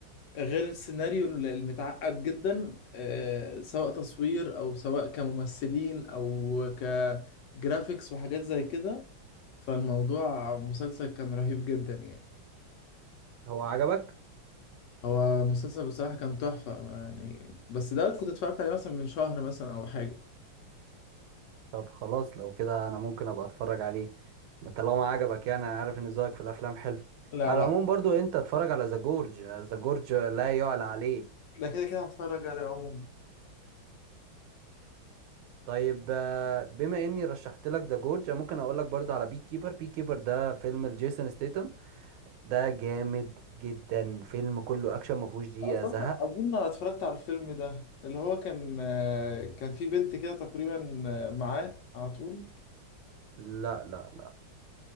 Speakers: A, on the left; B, on the right.
A: غير السيناريو المتعقد جدا آه، سواء تصوير او سواء كممثلين او كجرافيكس وحاجات زي كده فالموضوع مسلسل كان رهيب جدا يعني
B: هو عجبك؟
A: هو مسلسل بصراحة كان تحفة يعني بس ده كنت اتفرجت عليه مثلا من شهر مثلا او حاجة
B: طب خلاص لو كده انا ممكن ابقى اتفرج عليه طالما عجبك يعني انا عارف ان ذوقك في الافلام حلو
A: لا
B: على
A: لا
B: العموم برضو انت اتفرج على ذا جورج ذا جورج لا يعلى عليه
A: ده كده كده هتفرج عليه عموما
B: طيب آه، بما اني رشحت لك ذا جورج ممكن اقول لك برضو على بي كيبر بي كيبر ده فيلم لجيسون ستيتم ده جامد جدا فيلم كله اكشن ما فيهوش دقيقة
A: اظن
B: زهق
A: اظن أنا اتفرجت على الفيلم ده اللي هو كان آه، كان في بنت كده تقريبا آه، معاه على طول
B: لا لا لا